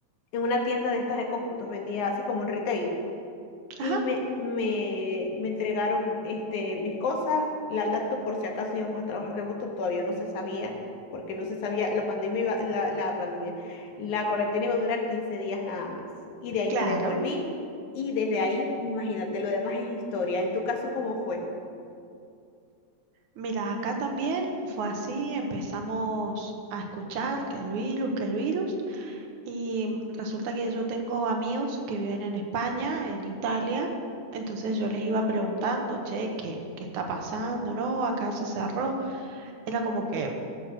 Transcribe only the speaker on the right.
Ajá,
claro.
Mira, acá también fue así, empezamos a escuchar que el virus, que el virus. Y resulta que yo tengo amigos que viven en España, en Italia, entonces yo les iba preguntando, che, ¿qué, qué está pasando? ¿No? Acá se cerró. Era como que